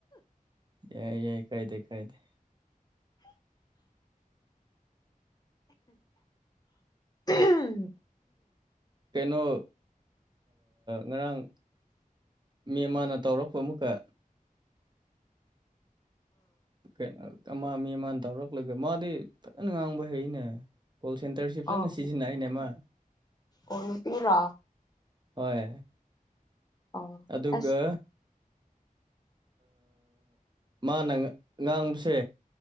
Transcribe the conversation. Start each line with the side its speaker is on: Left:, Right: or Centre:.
Right: ꯌꯥꯏ ꯌꯥꯏ ꯀꯥꯏꯗꯦ ꯀꯥꯏꯗꯦ
Left: ꯎꯝ
Right: ꯀꯩꯅꯣ ꯉꯔꯥꯡ ꯃꯦꯝ ꯃꯥꯅ ꯇꯧꯔꯛꯄ ꯑꯃꯨꯛꯀ ꯀꯩꯅꯣ ꯑꯃ ꯃꯤ ꯑꯃꯅ ꯇꯧꯔꯛꯂꯒ ꯃꯥꯗꯤ ꯐꯖꯅ ꯉꯥꯡꯕ ꯍꯩꯅꯦ ꯀꯣꯜ ꯁꯦꯟꯇꯔꯁꯦ ꯐꯖꯅ
Left: ꯑꯣ
Right: ꯁꯤꯖꯤꯟꯅꯏꯅꯦꯃ
Left: ꯑꯣ ꯅꯨꯄꯤꯔꯣ
Right: ꯍꯣꯏ
Left: ꯑꯣ
Right: ꯑꯗꯨꯒ
Left: ꯑꯁ
Right: ꯃꯥꯅ ꯉꯥꯡꯕꯁꯦ